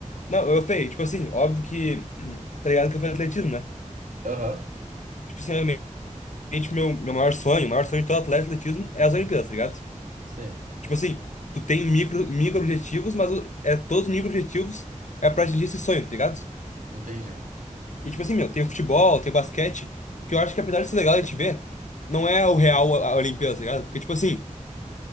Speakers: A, on the left; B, on the right.
A: Não, eu falei, tipo assim, óbvio que... <clears throat> Tá ligado que eu falei atletismo, né?
B: Aham,
A: Tipo assim, realmente, meu, meu maior sonho, o maior sonho de todo atleta de atletismo é as Olimpíadas, tá ligado?
B: Sim,
A: Tipo assim, tu tem micro, micro objetivos, mas o- é todos os micro objetivos é pra atingir esse sonho, tá ligado?
B: entendi.
A: E tipo assim, meu, tem o futebol, tem o basquete, que eu acho que apesar de ser legal a gente ver, não é o real a a Olimpíada, tá ligado? Porque tipo assim,